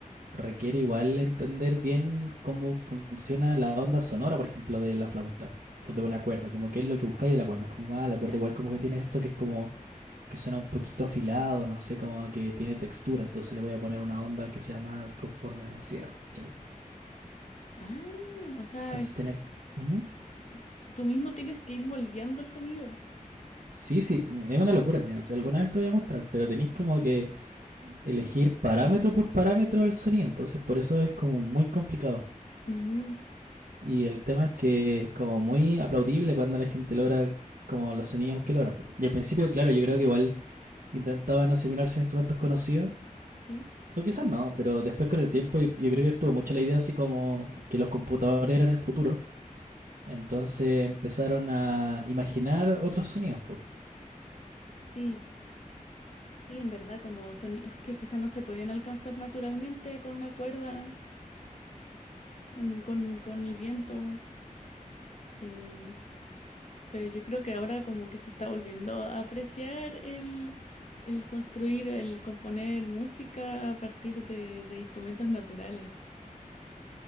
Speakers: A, on the right (about 80°); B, on the left (about 55°).
A: requiere igual entender bien cómo funciona la onda sonora, por ejemplo, de la flauta o de una cuerda, como qué es lo que buscáis de la cuerda. Es como, ah, la cuerda
B: ¿Ya?
A: igual como que tiene esto que es como que suena un poquito afilado, no sé, como que tiene textura, entonces le voy a poner una onda que sea más con forma de sierra, ¿cachai?
B: Ah, o sea,
A: Entonces tener... Ujú.
B: t- tú mismo tienes que ir moldeando el sonido.
A: Sí, sí, es una locura, mira, si alguna vez te voy a mostrar, pero tenéis como que elegir parámetro por parámetro del sonido, entonces por eso es como muy complicado.
B: Ujú,
A: Y el tema es que es como muy aplaudible cuando la gente logra como los sonidos que logran. po. Y al principio, claro, yo creo que igual intentaban asimilarse a instrumentos conocidos,
B: Sí,
A: o quizás no, pero después con el tiempo yo, yo creo que estuvo mucho la idea así como que los computadores eran el futuro. Entonces empezaron a imaginar otros sonidos, po.
B: sí. Sí, en verdad, como sonidos que quizás no se podían alcanzar naturalmente con una cuerda, con, con, con el viento, eh, pero yo creo que ahora como que se está volviendo a apreciar el, el construir, el componer música a partir de, de instrumentos naturales.